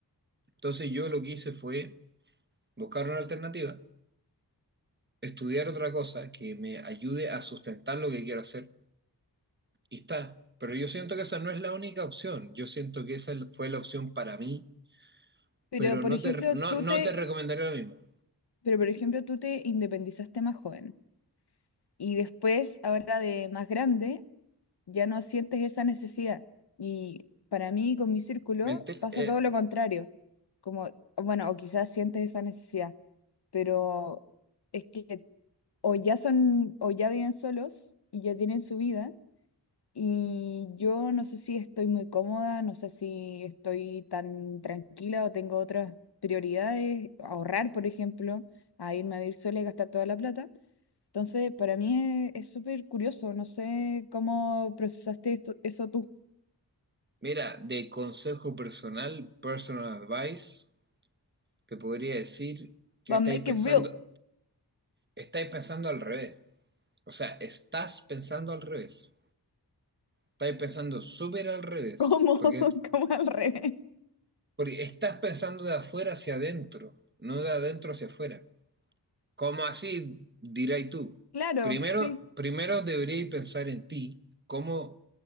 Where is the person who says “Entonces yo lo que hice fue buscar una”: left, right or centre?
Right